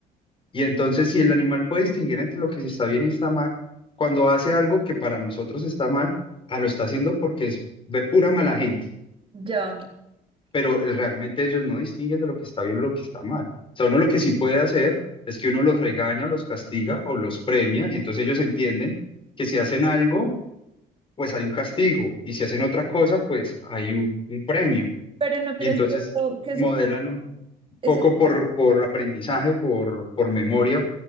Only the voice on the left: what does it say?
Y entonces, si el animal puede distinguir entre lo que se está bien y está mal, cuando hace algo que para nosotros está mal, ah, lo está haciendo porque es, ve pura mala gente,
pero eh, realmente ellos no distinguen de lo que está bien o lo que está mal. O sea, uno lo que sí puede hacer es que uno los regaña, o los castiga o los premia, y entonces ellos entienden que si hacen algo, pues hay un castigo, y si hacen otra cosa, pues hay un, un premio.
Y entonces
modelan
un
poco por, por aprendizaje, por, por memoria